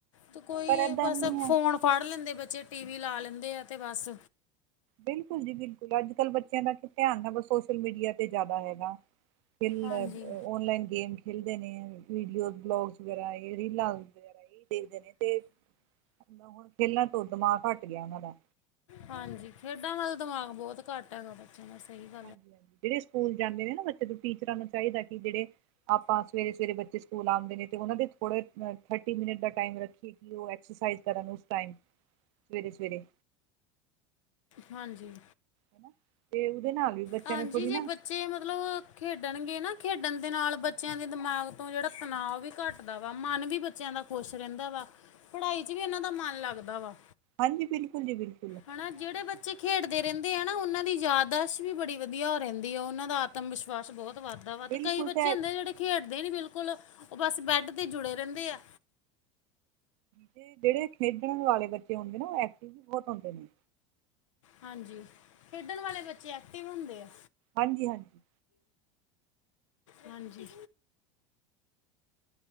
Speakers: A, on the left; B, on the right.
A: ਤੇ ਕੋਈ
B: ਪਰ ਏਦਾਂ
A: ਬਸ
B: ਨਹੀਂ ਹੈ
A: ਫੋਨ ਫੜ ਲੈਂਦੇ ਬੱਚੇ, ਟੀ ਵੀ ਲਾ ਲੈਂਦੇ ਆ ਤੇ ਬਸ।
B: ਬਿਲਕੁਲ ਜੀ ਬਿਲਕੁਲ। ਅੱਜ- ਕੱਲ ਬੱਚਿਆਂ ਦਾ ਧਿਆਨ ਹੈ ਬਸ ਸੋਸ਼ਲ ਮੀਡੀਆ ਤੇ ਜ਼ਿਆਦਾ ਹੈਗਾ। ਖੇ
A: ਹਾਂਜੀ
B: ਓਨਲਾਈਨ ਗੇਮ ਖੇਲਦੇ ਨੇ, ਵੀਡੀਓ ਵਲੋਗਸ ਵਗੈਰਾ, ਰੀਲਾਂ ਵਗੈਰਾ ਏ ਦੇਖਦੇ ਨੇ, ਤੇ ਹੁਣ ਖੇਲਣ ਤੋਂ ਦਿਮਾਗ ਘੱਟ ਗਿਆ ਉਹਨਾਂ ਦਾ।
A: ਹਾਂਜੀ, ਖੇਡਾਂ ਵੱਲ ਦਿਮਾਗ ਬਹੁਤ ਘੱਟ ਹੈਗਾ ਬ ਚਲਨਾ ਸਹੀ ਵਾ
B: ਹਾਂਜੀ -ਹਾਂਜੀ ਜਿਹੜੇ ਸਕੂਲ ਜਾਂਦੇ ਨੇ ਨਾ ਬੱਚੇ, ਤੋਂ ਟੀਚਰਾਂ ਨੂੰ ਚਾਹੀਦਾ ਕਿ ਜਿਹੜੇ ਆਪਾਂ ਸਵੇਰੇ- ਸਵੇਰੇ ਬੱਚੇ ਸਕੂਲ ਆਉਂਦੇ ਨੇ ਤੇ ਉਹਨਾਂ ਦੇ ਥੋੜੇ ਥਰਟੀ ਮਿੰਟ ਦਾ ਟਾਈਮ ਰੱਖੀਏ ਕੀ ਓ ਐਕਸਰਸਾਈਜ਼ ਕਰਨ ਓਸ ਟਾਇਮ ਸਵੇਰੇ- ਸਵੇਰੇ।
A: ਹਾਂਜੀ।
B: ਹਨਾ ਤੇ ਉਦੇ ਨਾਲ ਵੀ ਬੱਚਿਆਂ
A: ਹਾਂਜੀ
B: ਨੂੰ ਥੋੜ੍ਹੀ ਨਾ
A: ਜੇ ਮਤਲਬ ਖੇਡਣਗੇ ਨਾ ਖੇਡਣ ਦੇ ਨਾਲ ਬੱਚਿਆਂ ਦੇ ਦਿਮਾਗ ਤੋਂ ਜਿਹੜਾ ਤਣਾਅ ਵੀ ਘੱਟ ਦਾ ਵਾ ਮਨ ਵੀ ਬੱਚਿਆਂ ਦਾ ਖੁਸ਼ ਰਹਿੰਦਾ ਵਾ, ਪੜ੍ਹਾਈ ' ਵੀ ਇਹਨਾਂ ਦਾ ਮਨ ਲੱਗਦਾ ਵਾ।
B: ਹਾਂਜੀ, ਬਿਲਕੁਲ ਜੀ ਬਿਲਕੁ
A: ਹਨਾ ਜਿਹੜੇ ਬੱਚੇ ਖੇਡਦੇ ਰਹਿੰਦੇ ਆ ਨਾ, ਉਹਨਾਂ ਦੀ ਯਾਦਾਸ਼ਤ ਵੀ ਬੜੀ ਵਧੀਆ ਰਹਿੰਦੀ, ਉਹਨਾਂ ਦਾ ਆਤਮ ਵਿਸ਼ਵਾਸ ਬਹੁਤ ਵੱਧਦਾ ਵਾ ਤੇ
B: ਬਿਲਕੁਲ
A: ਕਈ ਬੱਚੇ
B: ਤਾਂ
A: ਹੁੰਦੇ ਜਿਹੜੇ ਖੇਡਦੇ ਨੀ ਬਿਲਕੁਲ, ਉਹ ਬਸ ਬੈਡ ਤੇ ਜੁੜੇ ਰਹਿੰਦੇ ਆ।
B: ਤੇ ਜੇੜੇ ਖੇਡਣ ਵਾਲੇ ਬੱਚੇ ਹੁੰਦੇ ਨੇ ਨਾ, ਉਹ ਐਕਟਿਵ ਵੀ ਬਹੁਤ ਹੁੰਦੇ ਨੇ।
A: ਹਾਂਜੀ ਖੇਡਣ ਵਾਲੇ ਬੱਚੇ ਐਕਟਿਵ ਹੁੰਦੇ ਆ।
B: ਹਾਂਜੀ-ਹਾਂਜੀ।
A: ਹਾਂਜੀ।